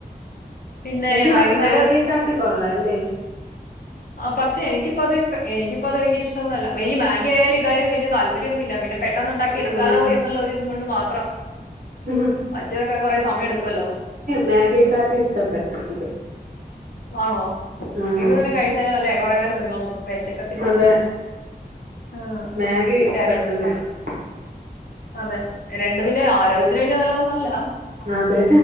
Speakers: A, on the left; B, on the right.
A: പിന്നെ
B: പക്ഷെ ന
A: വൈകുന്നേരം
B: മാഗ്യേക്കാട്ടി കൊള്ളാ ല്ലെ.
A: ആ പക്ഷെ എനിക്ക് ഇപ്പ അത് എനിക്കിപ്പോ അത് വല്യ ഇഷ്ടൊന്നല്ല. ഇനി മാഗി ആയാലു ഇതായും വല്യ താല്പര്യന്നുല്ല. പിന്നെ പെ പെട്ടെന്നുണ്ടാക്കി
B: ആഹ്
A: എടുക്കാലോ എന്നുള്ള ഒ ഇത് കൊണ്ട് മാത്രം.
B: ഉം
A: മറ്റേതൊക്കെ കൊറെ സമയം എടുക്കുവല്ലോ
B: മാഗിയെക്കാട്ടി ഇഷ്ടപ്പെട്ട് ഇണ്ട്.
A: വാണോ.
B: ആഹ്
A: ഇത് പിന്നെ കഴിച്ചാലും അല്ലേ കുറെ നേരം നിന്നോളും വെശക്കത്തില്ല
B: അതെ
A: ആഹ്
B: മാഗി
A: രണ്ട്
B: പെട്ടെന്നിതാവും
A: അതെ രണ്ട് പിന്നെ ആരോഗ്യത്തിന് വലിയ നല്ലതൊന്നും അല്ല
B: അതെ